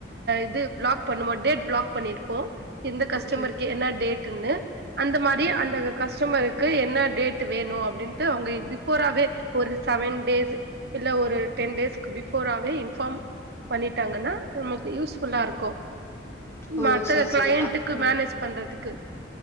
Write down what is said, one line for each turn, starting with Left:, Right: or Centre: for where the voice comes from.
Right: இது பிளாக் பண்ணமோ டேட் பிளாக் பண்ணிருப்போம் எந்த கஸ்டமருக்கு
Left: ஓகே
Right: என்ன டேட் னு அந்த மாதிரி அந்த கஸ்டமர் கு என்ன டேட் வேணும் அப்படின்னுடு பிஃபோராவே ஒரு செவன் டேய்ஸ் இல்ல ஒரு டென் டேய்ஸ் பிபோர்வே இன்பார்ம் பண்ணிட்டாங்கன்னா நமக்கு யூஸ்ஃபுல்லா இருக்கும்
Left: ஓ
Right: மத்த
Left: சரி
Right: கிளையண்ட்டுக்கு
Left: சரி அப்போ
Right: மேனேஜ் பண்றதுக்கு